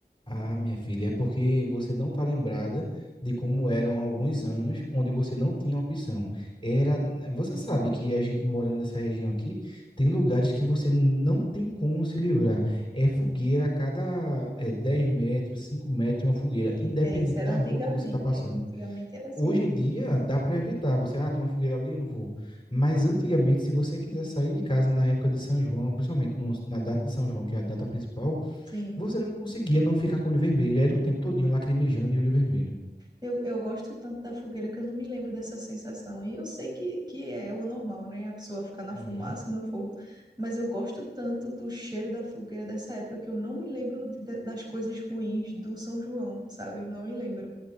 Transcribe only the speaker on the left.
Ah, minha filha, é porque você não está lembrada de como eram alguns anos onde você não tinha opção. Era, você sabe que a gente morando nessa região aqui, tem lugares que você não tem como se livrar. É fogueira a cada eh, 10 metros, 5 metros, é uma fogueira, independente
da
rua que você está passando.
Hoje
em dia, dá para evitar. Você, ah, tem uma fogueira ali, eu não vou. Mas antigamente, se você quiser sair de casa na época de São João, principalmente no- na data de São João, que é a data principal,
você não conseguia não ficar com o olho vermelho. Era o tempo todinho lacrimejando e olho vermelho.
Uhum.